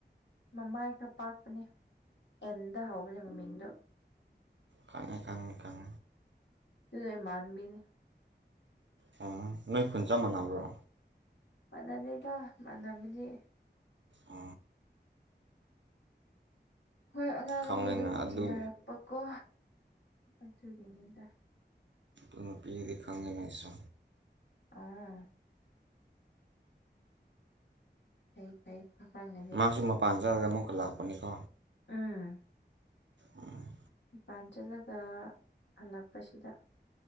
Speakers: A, on the left (about 75°); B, on the right (about 80°).
A: ꯃꯃꯥꯏ ꯈꯔ ꯄꯥꯛꯄꯅꯦ ꯑꯦꯟꯗ ꯍꯧꯕꯅꯦ ꯃꯃꯤꯡꯗꯣ
B: ꯀꯪ ꯀꯪ ꯀꯪ
A: ꯇ ꯃꯥꯟꯕꯤꯅꯦ
B: ꯑꯥ ꯅꯣꯏ ꯈꯨꯟ ꯆꯞ ꯃꯥꯟꯅꯕ꯭ꯔꯣ
A: ꯃꯥꯟꯅꯗꯦꯗ ꯃꯥꯟꯅꯕꯗꯤ
B: ꯑ
A: ꯍꯣꯏ ꯑꯉꯥꯡꯗꯤ
B: ꯈꯪꯉꯦꯅ
A: ꯑꯗꯨꯝ
B: ꯑꯗꯨ
A: ꯇꯤꯟꯅꯔꯛꯄꯀꯣ ꯑꯗꯨꯒꯤꯅꯤ ꯇꯦ
B: ꯑꯗꯨꯅꯄꯤꯤꯗꯤ ꯈꯪꯗꯦꯉꯁ
A: ꯑ ꯇꯩ ꯐꯥꯏ ꯐꯥꯗꯤꯦ
B: ꯃꯥꯁꯨ ꯃ ꯄꯥꯟꯖ ꯑꯗꯨ ꯃꯀ ꯂꯥꯛꯄꯅꯤ ꯀꯣ
A: ꯎꯥ
B: ꯎꯝ
A: ꯃꯄꯥꯟ ꯆꯠꯂꯒ ꯍꯜꯂꯛꯄꯁꯤꯗ